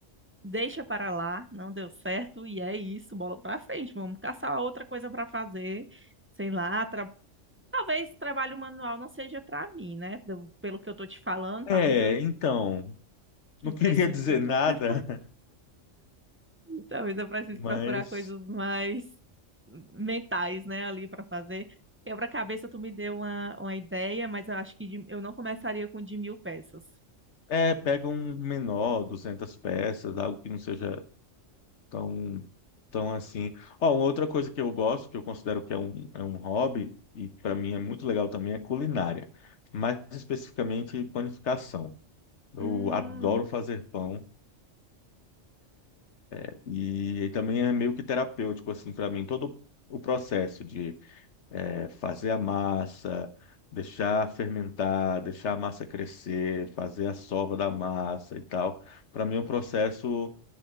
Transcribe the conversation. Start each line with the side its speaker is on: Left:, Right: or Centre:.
Right: Deixa para lá, não deu certo, e é isso, bola pra frente. Vamos caçar outra coisa pra fazer sei lá, Talvez trabalho manual não seja para mim, né? Do- Pelo que eu tô te falando,
Left: É,
Right: talvez eu,
Left: então, não
Right: eu
Left: queria
Right: precise
Left: dizer
Right: de outra
Left: nada,
Right: <laughs> coisa. Talvez eu
Left: <laughs>
Right: precise
Left: mas
Right: procurar coisas mais mentais, né, ali para fazer. Quebra-cabeça, tu me deu uma, uma ideia, mas eu acho que de- eu não começaria com de mil peças.
Left: é, pega um menor, duzentas peças, algo que não seja tão, tão assim. Ó, uma outra coisa que eu gosto, que eu considero que é um, é um hobby, e para mim é muito legal também, é culinária. Mais especificamente, panificação. Eu
Right: Hum,
Left: adoro fazer pão. é, e também é meio que terapêutico assim para mim todo o processo de é, fazer a massa, deixar fermentar, deixar a massa crescer, fazer a sova da massa e tal. Para mim é um processo